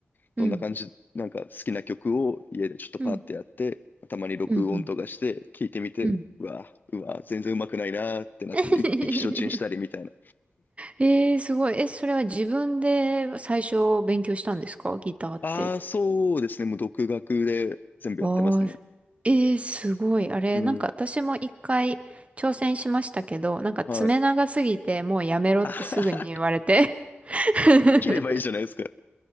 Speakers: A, on the right; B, on the left.
A: うん、
B: どんな感じ、なんか好きな曲を家でちょっとパッてやって、
A: うん、
B: たまに録音とかして聞いてみて、
A: うん、うん。うん
B: うわ、うわ、全然うまくないなーってなって、
A: <laughs>
B: い意気消沈したりみたいな。
A: ええ、すごい。え、それは自分で最初勉強したんですかギターって。
B: ああ、そうですね。もう独学で全部やってますね。
A: ああ、ええ、すごい。あれ、
B: うん。
A: なんか私も一回挑戦しましたけど、なんか爪長すぎてもうやめろってすぐに言われて。
B: はい。<laughs> あはは
A: <laughs>
B: 切ればいいじゃないですか。